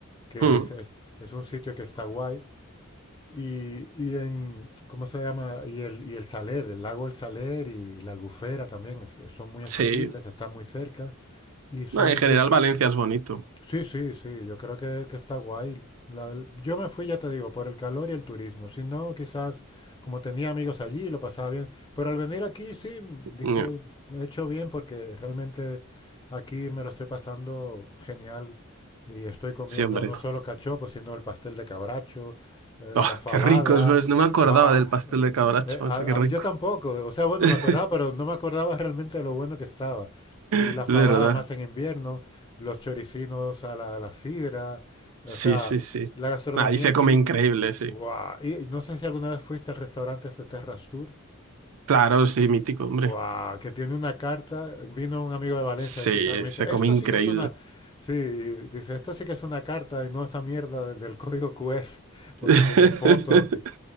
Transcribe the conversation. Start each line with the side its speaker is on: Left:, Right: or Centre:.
Left: que
Right: Mm,
Left: es, es- es un sitio que está guay, y, y en, ¿cómo se llama? Y el, y el Saler, el lago del Saler y, la Albufera también es- son muy asequibles,
Right: sí.
Left: están muy cerca, y son
Right: No, en general
Left: yo,
Right: Valencia es bonito.
Left: Sí, sí, sí, yo creo que, que está guay. La- yo me fui, ya te digo, por el calor y el turismo. Si no, quizás como tenía amigos allí, lo pasaba bien. Pero al venir aquí, sí, m- dije,
Right: Mm,
Left: he hecho bien porque realmente aquí me lo estoy pasando genial y estoy comiendo
Right: Sí, hombre.
Left: no solo cachopos, sino el pastel de cabracho, eh,
Right: Oh,
Left: la fabada.
Right: qué rico, es verdad, No me acordaba
Left: ¡Guau!
Right: del pastel
Left: Eh,
Right: de cabracho,
Left: eh, a-
Right: macho, qué rico.
Left: a- yo tampoco, o sea, bueno,
Right: <laughs>
Left: me acordaba, pero no me acordaba realmente de lo bueno que estaba.
Right: Es
Left: Y la fabada
Right: verdad.
Left: más en invierno los choricinos a la, a la sidra, o
Right: Sí,
Left: sea,
Right: sí, sí.
Left: la gastronomía
Right: Ahí se
Left: aquí,
Right: come increíble, sí.
Left: ¡guau! Y no sé si alguna vez fuiste al restaurante ese Terras Tour,
Right: Claro, sí, mítico, hombre.
Left: ¡guau! Que tiene una carta, vino un amigo de Valencia
Right: Sí,
Left: a visitarme
Right: se
Left: y dice,
Right: come
Left: esto
Right: increíble.
Left: sí que es una, sí, y dice, esto sí que es una carta y no esa mierda de- del código QR, <laughs> porque
Right: <laughs>
Left: tiene fotos, y-